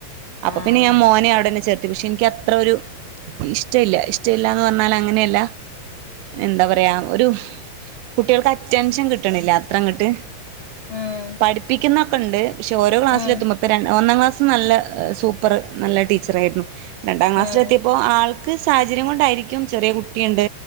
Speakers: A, on the right (about 85°); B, on the left (about 80°).
A: അപ്പ
B: ആഹ്
A: പിന്നെ ഞാൻ മോനെ അവിടെ ത്തി പക്ഷേ എനിക്കത്ര ഒരു ഇഷ്ടവില്ല ഇഷ്ടവില്ലാന്ന് പറഞ്ഞാലങ്ങനെയല്ല എന്താ പറയാ ഒരു കുട്ടികൾക്ക് അറ്റെൻഷൻ കിട്ട്ണില്ല അത്ര അങ്ങട്ട്
B: ഉം
A: പഠിപ്പിക്കുന്ന ക്കൊണ്ട് പക്ഷേ ഓരോ ക്ലാസ്സില്
B: ഉം
A: എത്തുമ്പോ ഇപ്പൊ ര ഒന്നാം ക്ലാസ്സ് ത്ത് നല്ല സൂപ്പറ് നല്ല ടീച്ചറായിരുന്നു രണ്ടാം ക്ലാസ്സിലെത്തിയപ്പോ
B: ഉം
A: ആ ക്ക് സാഹചര്യം കൊണ്ടായിരിക്കും ചെറിയ കുട്ടിയുണ്ട്